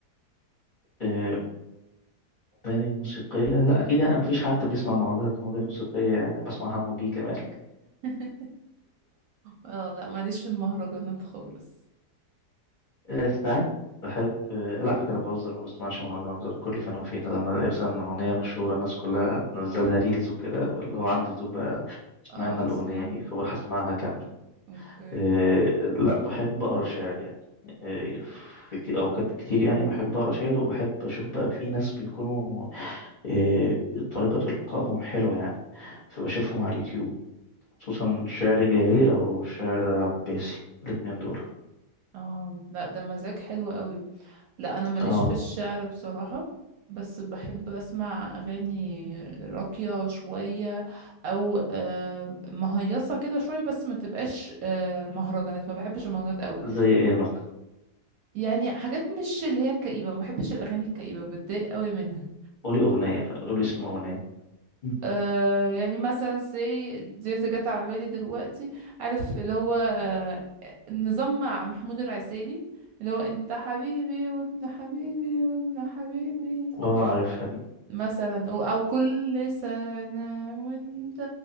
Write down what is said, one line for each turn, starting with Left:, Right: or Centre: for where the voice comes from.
Left: <laughs> إيه... أغاني موسيقية لا أكيد يعني مفيش حد بيسمع مهرجانات هتكون أغاني موسيقية يعني بسمع حمو بيه كمان
Right: <laughs> اه لا ماليش في المهرجانات خالص
Left: آه، ساعات بحب آه، لا على فكرة بهزر ما بسمعش مهرجانات غير كل فين وفين لما ألاقي مثلا أغنية مشهورة الناس كلها تنزلها ريلز وكده اللي هو عندي فضول بقى اشمعنى
Right: اه بتسمع
Left: الأغنية دي فبروح أسمعها كاملة
Right: اوكي
Left: آه، لا بحب أقرأ شعر يعني آه، في ك- أوقات كتير يعني بحب أقرأ شعر وبحب أشوف بقى في ناس بيكونوا آه، طريقة إلقائهم حلوة يعني فبشوفهم على اليوتيوب خصوصا شعر جاهلي أو شعر عباسي الاتنين دول
Right: اه لا ده مزاج حلو قوي لا انا ماليش
Left: اه
Right: في الشعر بصراحة بس بحب اسمع اغاني راقية شوية او آه، مهيصة كده شوية بس ما تبقاش آه، مهرجانات ما بحبش المهرجانات قوي
Left: زي ايه مثلا
Right: يعني حاجات مش اللي هي كئيبة ما بحبش الاغاني الكئيبة بتضايق قوي منها
Left: قولي أغنية قولي اسم أغنية مم.
Right: آه، يعني مثلا سي دي جت على بالي دلوقتي عارف اللي هو آه، نظام مع محمود العسيلي اللي هو انت حبيبي وابن حبيبي وابن حبيبي
Left: اه عارفها دي
Right: مثلا و- او كل سنة وانت